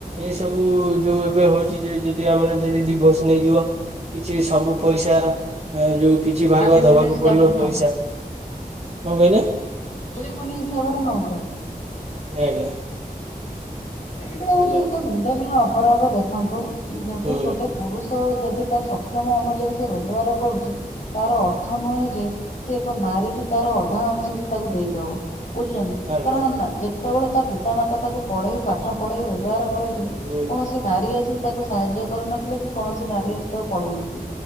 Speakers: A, on the right; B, on the left.
A: ଏସବୁ ଯୋଉ ଏବେ ହଉଚି ଯେ ଯଦି ଆମର ଯଦି ଡିଭର୍ସ ନେଇଯିବ। କିଛି ସବୁପଇସା ଅ ଯୋଉକି ଦି ଭାଗ
B: ଆଲିମନି
A: ଦବାକୁ
B: ହିସାବରେ
A: ପଡିବ
B: ନଉଛନ୍ତି
A: ପଇସା। କଣ କହିଲେ?
B: ଆଲିମନି ହିସାବରେ ନଉଚନ୍ତି।
A: ଆଜ୍ଞା।
B: ଏଇଟା ହଉଚି
A: ହ୍ୟାଲୋ
B: ଏକ ନିନ୍ଦନୀୟ ଅପରାଧ ଦେଖନ୍ତୁ, ଯଦି
A: ହୁଁ
B: ଗୋଟେ ପୁରୁଷ ଯଦି ତା ସକ୍ଷମ ଅନୁଯାୟୀ ସେ ରୋଜଗାର କରୁଚି ତାର ଅର୍ଥ ନୁହଁ ଯେ ସେ ଏକ ନାରୀକି ତାର ଅଧା ଅଂଶ ସେ ତାକୁ ଦେଇଦବ। ବୁଝୁଛନ୍ତି?
A: ଆଜ୍ଞା
B: କାରଣ ନା ଯେତବଳେ ତା ପିତାମାତା ତାକୁ ପଢେଇ ପାଠ ପଢେଇ ରୋଜଗାର କରେଇଥିଲେ
A: ହୁଁ
B: କୌଣସି ନାରୀ ଆସିିକି ତାକୁ ସାହାଯ୍ୟ କରିନଥିଲେ କି କୌଣସି ନାରୀ ଆସି ତାକୁ ପଢେଇନଥିଲେ।